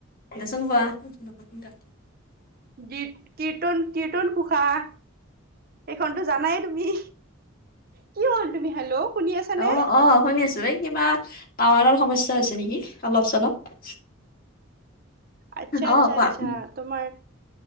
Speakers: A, on the left (about 45°); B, on the right (about 45°).
A: দিয়াচোন কোৱা।
B: কী-কীৰ্তন-কীৰ্তন ঘোষা সেইখনতো জানাই তুমি। কি হ'ল তুমি হেল্ল' শুনি আছানে?
A: অ' অ' শুনিছো এই কিবা টাৱাৰৰ সমস্যাৰ হৈছে নেকি অলপ চলপ।
B: আচ্ছা-আচ্ছা-আচ্ছা
A: অ কোৱা
B: তোমাৰ